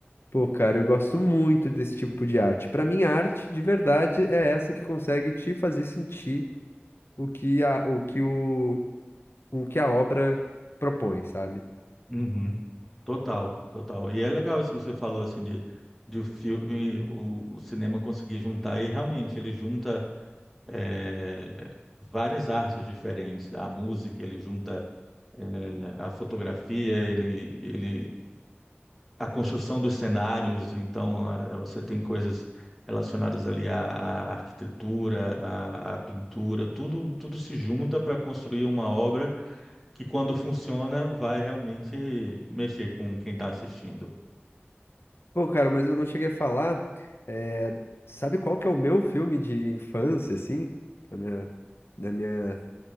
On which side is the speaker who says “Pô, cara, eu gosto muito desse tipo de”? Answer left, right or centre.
Left